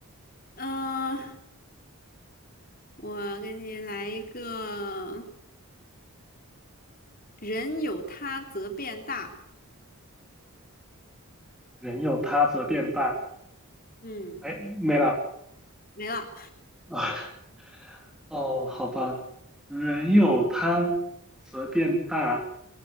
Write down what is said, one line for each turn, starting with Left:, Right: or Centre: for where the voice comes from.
Left: 呃，我给你来一个，人有他则变大，
Centre: 人有他则变大，
Left: 嗯，
Centre: 哎，没了。
Left: 没了，
Centre: <laughs> 哦，好吧，人有他则变大，